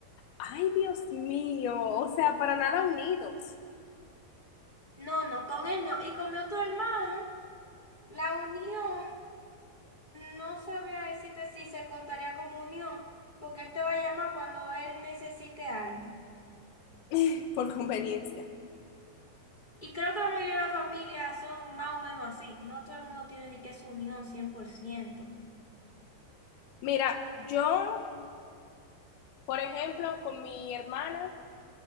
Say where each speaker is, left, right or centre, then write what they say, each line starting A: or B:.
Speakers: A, on the left; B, on the left.
A: Ay, Dios mío, o sea, para nada unidos.
B: No, no, con él no. Y con mi otro hermano, la unión, no sabría decirte si se contaría como unión, porque él te va a llamar cuando él necesite algo.
A: <laughs> por conveniencia.
B: Y creo que la mayoría de las familias son más o menos así. No todo el mundo tiene ni que su unión 100%.
A: Mira, yo, por ejemplo, con mi hermana,